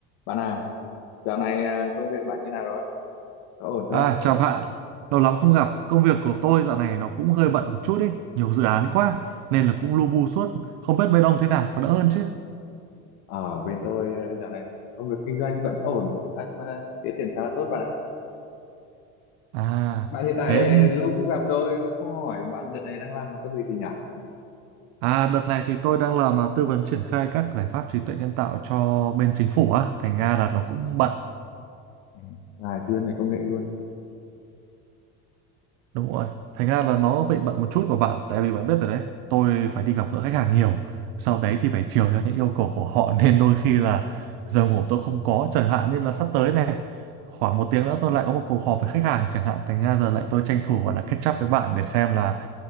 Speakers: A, on the left; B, on the right.
A: Bạn à, dạo này à, công việc bạn như nào rồi? Có ổn không?
B: À, chào bạn, lâu lắm không gặp. Công việc của tôi dạo này nó cũng hơi bận một chút ý, nhiều dự án quá nên là cũng lu bu suốt. Không biết bên ông thế nào, có đỡ hơn chứ?
A: Ở bên tôi à, dạo này công việc kinh doanh vẫn ổn, đang à, tiến triển khá là tốt bạn ạ.
B: À,
A: Bạn hiện tại
B: thế
A: lâu không gặp tôi cũng không hỏi bạn đợt này đang làm công việc gì nhỉ?
B: à, đợt này thì tôi đang làm à, tư vấn triển khai các giải pháp trí tuệ nhân tạo cho bên chính phủ á, thành ra là nó cũng bận.
A: Ừ, Là chuyên về công nghệ luôn.
B: Đúng rồi. Thành ra là nó bị bận một chút mà bạn tại vì bạn biết rồi đấy, tôi phải đi gặp gỡ khách hàng nhiều. Sau đấy thì phải chiều theo những yêu cầu của họ <laughs> nên đôi khi là giờ ngủ tôi không có chẳng hạn nên là sắp tới này khoảng một tiếng nữa tôi lại có một cuộc họp với khách hàng chẳng hạn thành ra giờ lại tôi tranh thủ gọi là catch up với bạn để xem là